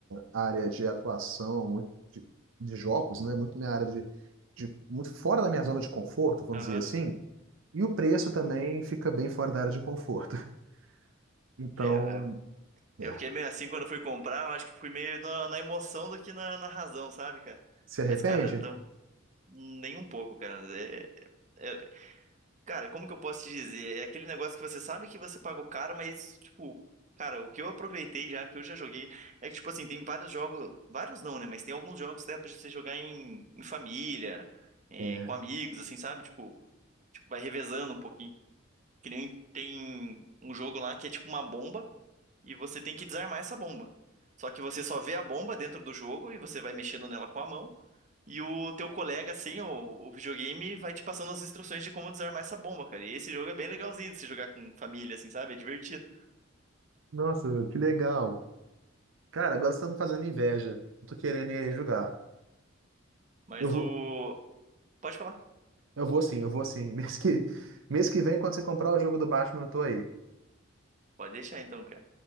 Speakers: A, on the right (about 70°); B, on the right (about 35°).
A: área de atuação, muito de, de jogos, né? Muito minha área de, de muito fora da minha zona de conforto, vamos
B: Aham.
A: dizer assim. E o preço também fica bem fora da área de conforto. <laughs> Então,
B: É, é,
A: é.
B: eu fiquei meio assim quando eu fui comprar, mas acho que fui meio na, na emoção do que na, na razão, sabe, cara?
A: Se arrepende?
B: Mas, cara, não, nem um pouco, cara. É, é- cara, como que eu posso te dizer? É aquele negócio que você sabe que você pagou caro, mas, tipo, cara, o que eu aproveitei já, o que eu já joguei, é que, tipo assim, tem vários jogos, vários não, né? Mas tem alguns jogos que dá pra você jogar em, em família, é,
A: É.
B: com amigos, assim, sabe? Tipo, vai revezando um pouquinho. Que nem tem um jogo lá que é tipo uma bomba e você tem que desarmar essa bomba. Só que você só vê a bomba dentro do jogo e você vai mexendo nela com a mão. E o teu colega, sem o, o videogame, vai te passando as instruções de como desarmar essa bomba, cara. E esse jogo é bem legalzinho de se jogar com família, assim, sabe? É divertido.
A: Nossa, que legal. Cara, agora você tá me fazendo inveja. Eu Tô querendo ir aí jogar.
B: Mas
A: Eu vou,
B: o. Pode falar.
A: eu vou sim, eu vou sim. <laughs> Mês que, mês que vem, quando você comprar o jogo do Batman, eu tô aí.
B: Pode deixar então, cara.